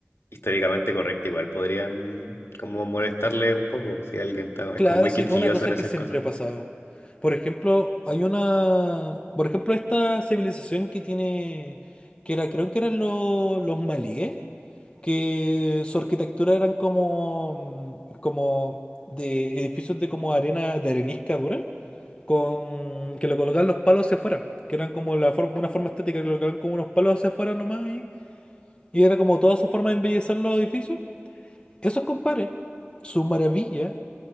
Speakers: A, on the left; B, on the left.
A: históricamente correcta, igual podrían como molestarle un poco si alguien está, es
B: Claro,
A: como muy
B: sí,
A: quisquilloso
B: es una cosa
A: en
B: que
A: esas
B: siempre
A: cosas.
B: ha pasado. Por ejemplo, hay una, por ejemplo, esta civilización que tiene, que era, creo que eran los los malíes, que su arquitectura eran como, mm, como de edificios de como arena, de arenisca dura, con que le colocaban los palos hacia afuera, que eran como la forma, una forma estética, que le colocaban como unos palos hacia afuera nomás y, y era como toda su forma de embellecer los edificios. Esos compadres, su maravilla